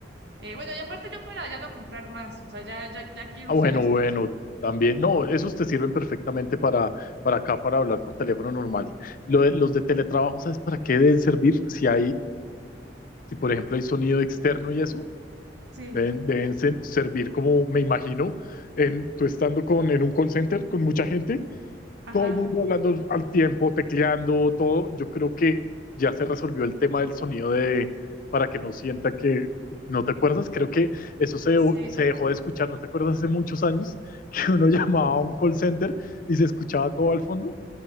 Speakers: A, on the right; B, on the left.
A: Eh, bueno, y aparte yo para ya no comprar más, o sea, ya, ya, ya quiero
B: Ah,
A: usar
B: bueno,
A: estos
B: bueno,
A: y...
B: también. No, esos te sirven perfectamente para, para acá, para hablar por teléfono normal. Lo de- los de teletrabajo, ¿sabes para qué deben servir? Si hay, si por ejemplo hay sonido externo y eso,
A: Sí,
B: deben, deben ser- servir como me imagino, en, tú estando con, en un call center con mucha gente
A: Ajá,
B: todo el mundo hablando al tiempo, tecleando, todo. Yo creo que ya se resolvió el tema del sonido de para que no sienta que no te acuerdas. Creo que eso se,
A: sí,
B: se dejó de escuchar. ¿No te acuerdas hace muchos años <laughs> que uno llamaba a un call center y se escuchaba todo al fondo?